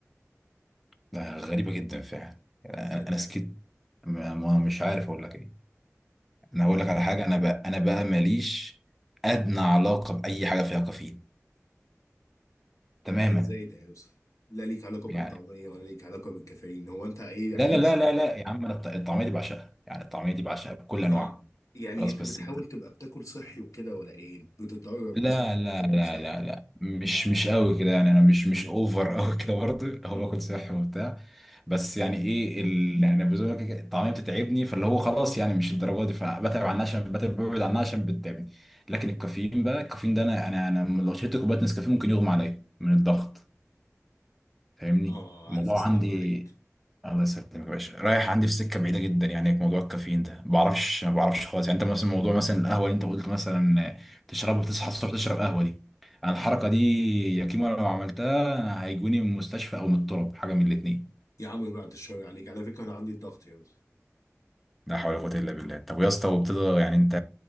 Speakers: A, in the centre; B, on the left (about 85°).
A: ده غريبه جدا فعلا يعني
B: صدق
A: انا أنا سكت ما ما- مش عارف اقول لك ايه انا
B: يعني
A: هقول لك على حاجه انا بقى انا بقى ماليش ادنى علاقه باي حاجه فيها كافيين تماما
B: ده إزاي ده يا يوسف لا ليك علاقة بالطعمية
A: يعني
B: ولا ليك علاقة بالكافيين هو أنت إيه
A: لا
B: عايش
A: لا لا لا لا يا عم انا الط- الطعميه دي بعشقها يعني الطعميه دي بعشقها بكل
B: اه
A: انواعها
B: يعني
A: خلاص
B: انت
A: بس
B: بتحاول تبقى بتاكل صحي وكده ولا ايه بتتدرب
A: لا
B: مثلا
A: لا
B: بتاكل
A: لا
B: صحي
A: لا لا مش مش قوي كده يعني انا مش مش اوفر <laughs> قوي كده برضه هو
B: مم.
A: باكل صحي وبتاع بس يعني ايه اللي يعني بزوجك الطعميه بتتعبني فاللي هو خلاص يعني مش الدرجه دي فبتعب عنها عشان بتعب ببعد عنها عشان بتتعبني لكن الكافيين بقى الكافيين ده انا انا انا لو شربت كوبايه نسكافيه ممكن يغمى عليا من الضغط فاهمني
B: اه
A: الموضوع
B: الف سلام
A: عندي
B: عليك
A: الله يسلمك يا باشا رايح عندي في سكه بعيده جدا يعني موضوع الكافيين ده ما بعرفش ما بعرفش خالص يعني انت مثلا موضوع مثلا القهوه اللي انت قلت مثلا تشرب وتصحى الصبح تشرب قهوه دي انا الحركه دي يا كيمو لو عملتها أنا هيجوني من المستشفى او من الطرب حاجه من الاثنين
B: يا عم بعد الشر عليك على فكره انا عندي الضغط يا أستاذ.
A: لا حول ولا قوه الا بالله طب يا اسطى وبتقدر يعني انت